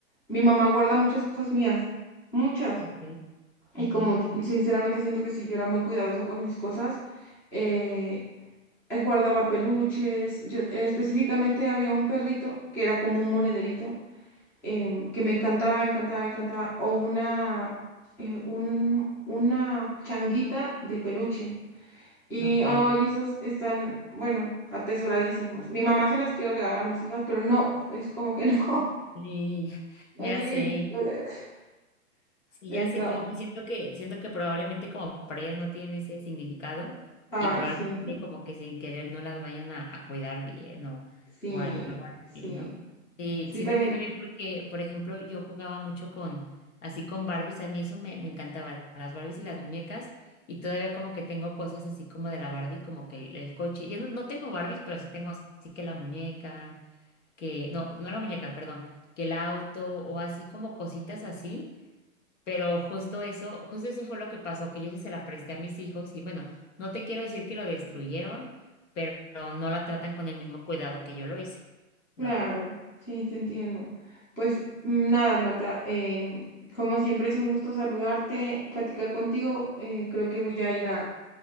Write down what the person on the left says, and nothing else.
Ok.
ujú,
Ok.
Sí, <laughs>
ya
sé.
Sí,
ya sé, como que siento que, siento que probablemente como para ellas no tienen ese significado
y probablemente
como que sin querer no las vayan a, a cuidar bien o,
o algo así,
¿no? Sí,
sí
te entiendo bien porque, por ejemplo, yo jugaba mucho con, así con Barbies, a mí eso me, me encantaba, las Barbies y las muñecas y todavía como que tengo cosas así como de la Barbie, como que el, el coche, yo no, no tengo Barbies, pero sí tengo así que la muñeca, que, no, no la muñeca, perdón, que el auto o así como cositas así pero justo eso, justo eso fue lo que pasó, que yo sí se la presté a mis hijos y bueno, no te quiero decir que lo destruyeron, pero no la tratan con el mismo cuidado que yo lo hice,
¿no?